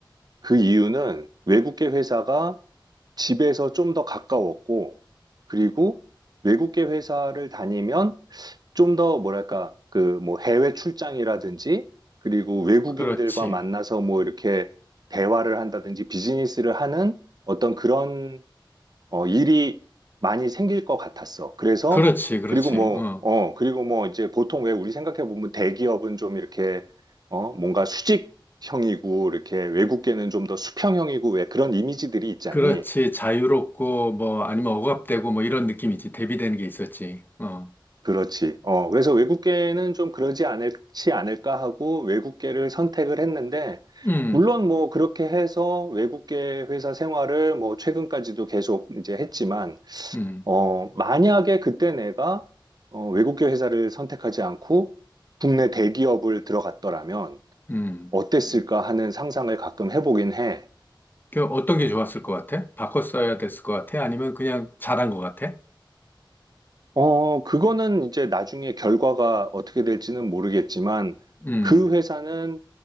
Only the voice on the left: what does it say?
그렇지.
그렇지, 그렇지.
어.
그렇지. 자유롭고, 뭐, 아니면 억압되고, 뭐, 이런 느낌이지. 대비되는 게 있었지. 어.
음,
음,
음.
그 어떤 게 좋았을 것 같아? 바꿨어야 됐을 것 같아? 아니면 그냥 잘한 것 같아?
음,